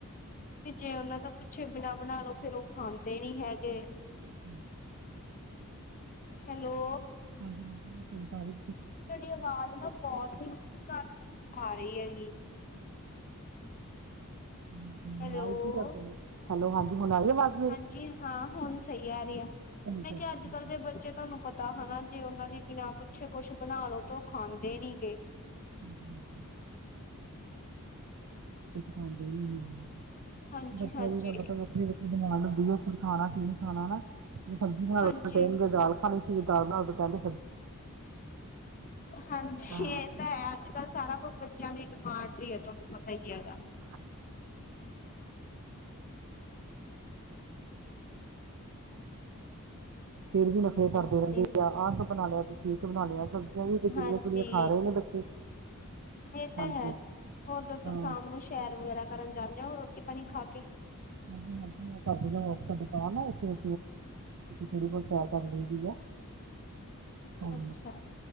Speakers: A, on the left (about 40°); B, on the right (about 70°).
A: ਜੇ ਉਨਾਂ ਤੋਂ ਪੁੱਛੇ ਬਿਨਾਂ ਬਣਾ ਲਓ ਫੇਰ ਓ ਖਾਂਦੇ ਨੀ ਹੈਗੇ।
B: ਹੂੰ
A: ਹੈਲੋ
B: ਹਾਂਜੀ ਹਾਂਜੀ ਮੈਂ ਸੁਨ ਪਾ ਰੀ
A: ਤੋਡੀ ਅਵਾਜ ਨਾ ਬੋਤ ਹ ਘੱਟ ਆ ਰੀ ਹੈਗੀ।
B: ਹਾਂਜੀ
A: ਹੈਲੋ
B: ਆਜ ਕੀ ਕਰਦੇ ਪੇਔ। ਹੈਲੋ ਹਾਂਜੀ ਹੁਣ ਆਈ ਆਵਾਜ?
A: ਹਾਂਜੀ ਹਾਂ ਹੁਣ ਸਹੀ ਆ ਰੀ ਏ।
B: ਠੀਕ
A: ਮੈਂ
B: ਹੈ
A: ਕੇਆ
B: ਜੀ
A: ਅੱਜ-ਕੱਲ
B: ਠੀਕ
A: ਦੇ
B: ਹੈ
A: ਬੱਚੇ ਤੋਨੂੰ ਪਤਾ ਹਨਾ ਜੇ ਓਨਾਂ ਦੀ ਬਿਨਾਂ ਪੁੱਛੇ ਕੁੱਛ ਬਣਾ ਲਓ ਤੇ ਓ ਖਾਂਦੇ ਨੀਗੇ।
B: ਹ ਹਾਂਜੀ ਬਿਲੁੁਦੇ ਨੀ ਹੋ <unintelligible>
A: ਹਾਂਜੀ
B: ਬੱਚੇਆਂ
A: ਹਾਂਜੀ
B: ਦੀ ਤਾਂ ਵੱਖਰੀ-ਵੱਖਰੀ ਡਿਮਾਂਡ ਹੁੰਦੀ ਐ ਖਾਣਾ ਕੀ ਨੀ ਖਾਣਾ ਹਨਾ, ਜੇ ਸਬਜੀ ਬਣਾ
A: ਹਾਂਜੀ
B: ਦੋ ਕਹਿਣਗੇ ਦਾਲ ਖਾਣੀ ਸੀ ਦਾਲ ਬਣਾ ਤੋਂ ਕੈਂਦੇ
A: ਹਾਂਜੀ
B: ਹਾਂ
A: ਅੱਜ-ਕੱਲ ਸਾਰਾ ਕੁਛ ਬੱਚੇਆਂ ਦੀ ਡਿਮਾਂਡ ਤੇ ਹੀ ਹੈ ਤੋਨੂੰ ਪਤਾ ਹੀ ਹੈਗਾ।
B: <unintelligible> <unintelligible> ਫੇਰ ਵੀ ਨਖਰੇ ਕਰਦੇ
A: ਹਾਂਜੀ
B: ਰੈਂਦੇ ਆ ਆਹ ਕਿਓ ਬਣਾ ਲੇਆ ਤੁਸੀ ਏ ਕੀ ਬਣਾ ਲੇਆ ਓ ਵੀ ਤੇ ਗਿਣੀਆਂ
A: ਹਾਂਜੀ
B: ਚੁਣੀਆਂ ਖਾ ਰੇ ਨੇ ਬੱਚੇ।
A: ਇਹ ਤਾ
B: ਹਾਂਜੀ
A: ਹੈ, ਹੋਰ ਦੱਸੋ,
B: ਹਾਂ
A: ਸ਼ਾਮ ਨੂੰ ਸ਼ੈਰ ਵਗੈਰਾ ਕਰਨ ਜਾਂਨੇ ਓ, ਰੋਟੀ-ਪਾਣੀ ਖਾਕੇ?
B: ਹਾਂਜੀ, ਮੈਂ ਕਿਹਾ ਮੈ ਕਰਦੀ ਆ ਦੁਕਾਨ ਆ, ਓਥੇ ਥੋੜੀ-ਬਹੁਤ ਸੈਰ ਕਰ ਲਈਦੀ ਆ।
A: ਅੱਛਾ
B: ਹਾਂ,
A: ਅੱਛਾ